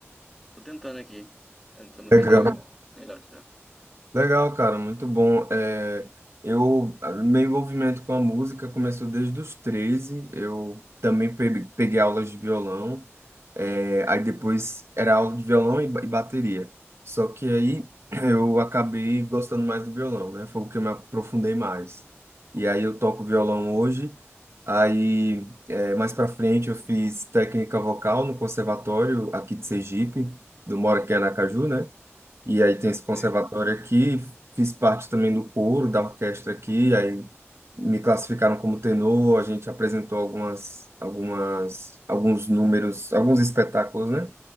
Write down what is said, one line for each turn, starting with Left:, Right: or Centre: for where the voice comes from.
Centre: tô tentando aqui. Tentando
Right: Legal.
Centre: fazer o melhor que dá.
Right: Legal, cara, muito bom. É, eu, meu envolvimento com a música começou desde os treze Eu também pe- peguei aulas de violão. É, aí depois era aula de violão e, ba- e bateria. Só que aí <clears throat> eu acabei gostando mais do violão, né? Foi o que eu me aprofundei mais. E aí eu toco violão hoje. Aí é, mais pra frente eu fiz técnica vocal no conservatório aqui de Sergipe, do Moro aqui em Aracaju, né? E aí tem esse conservatório
Centre: Sei.
Right: aqui, fiz parte também do coro da orquestra aqui, aí me classificaram como tenor, a gente apresentou algumas, algumas, alguns números, alguns espetáculos, né?